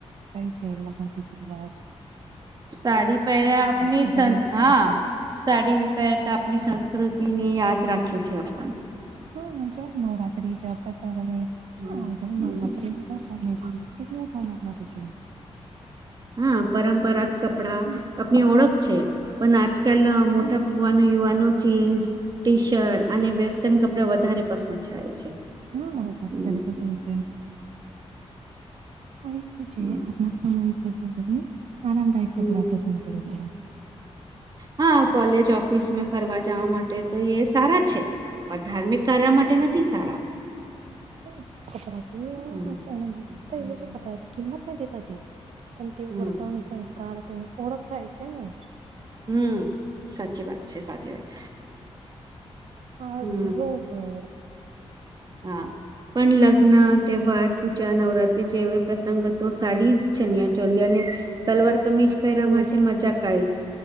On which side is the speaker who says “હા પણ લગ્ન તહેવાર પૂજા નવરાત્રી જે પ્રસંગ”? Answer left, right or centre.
Right